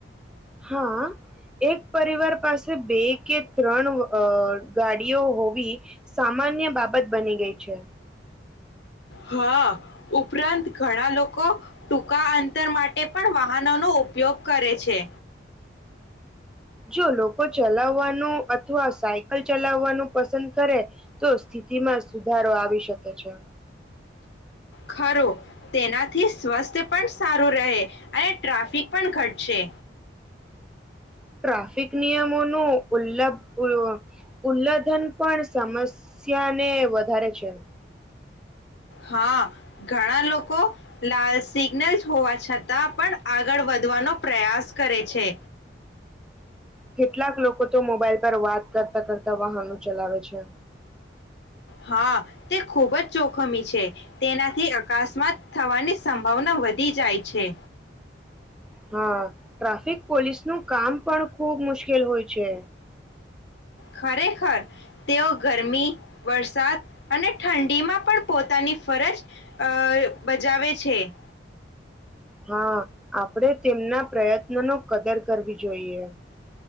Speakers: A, in the centre; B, on the left (about 65°).
A: હા. એક પરિવાર પાસે બે કે ત્રણ આ ગાડીઓ હોવી સામાન્ય બાબત બની ગઈ છે.
B: હા ઉપરાંત ઘણા લોકો ટૂંકા અંતર માટે પણ વાહનો નો ઉપયોગ કરે છે.
A: જો લોકો ચલાવવાનું અથવા સાયકલ ચલાવવાનું પસંદ કરે તો સ્થિતિ માં સુધારો આવી શકે છે.
B: ખરું. તેનાથી સ્વસ્થ પણ સારું રહે અને ટ્રાફિક પણ ઘટશે.
A: ટ્રાફિક નિયમો નું ઉલ્લભ <unintelligible> ઉલ્લઘન પણ સમસ્યાને વધારે છે.
B: હા ઘણા લોકો લાલ સિગ્નલ્સ હોવા છતાં પણ આગળ વધવાનો પ્રયાસ કરે છે.
A: કેટલાક લોકો તો મોબાઈલ પર વાત કરતા કરતા વાહનો ચલાવે છે.
B: હા તે ખૂબ જ જોખમી છે. તેનાથી અકસ્માત થવાની સંભાવના વધી જાય છે.
A: હા ટ્રાફિક પોલીસ નું કામ પણ ખુબ મુશ્કેલ હોય છે.
B: ખરેખર તેઓ ગરમી વરસાદ અને ઠંડી માં પણ પોતાની ફરજ અ બજાવે છે.
A: હા આપડે તેમના પ્રયત્ન નો કદર કરવી જોઈએ